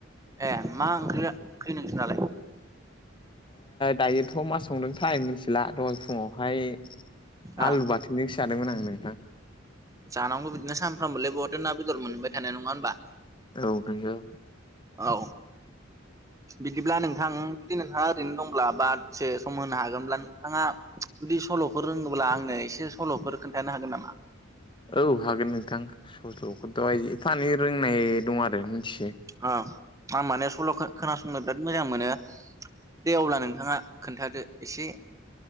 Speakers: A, on the right; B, on the left.
A: ए मा ओंख्रि ओंख्रि नोंसोर नालाय
B: दायोथ' मा संदोंथाय मिथिला दहाय फुङावहाय
A: ओ
B: आलु बाथोन <unintelligible> आं नोंथां
A: जानांगौ बिदिनो सानफ्रोमबोलाय बहथ' ना बेदर मोनबाय थानाय नंङा होनोमबा।
B: औ नंगौ
A: औ बिदिब्ला नोंथां जदि नोंथहा ओरैनो दंब्ला बा दसे सम होनो हागोनब्ला नों नोंथांङा बिुदि सल'फोर रोंङोब्ला आंनो एसे सल'फोर खोन्थानो हागोन नामा?
B: औ हागोन नोंथां सस्र'खौथ'हाय एफ एनै रोंनाय दं आरो मिथियो।
A: औ आं माने सल' खोनासंनो बिराद मोजां मोनो दे अब्ला नोंथांङा खोन्थादो एसे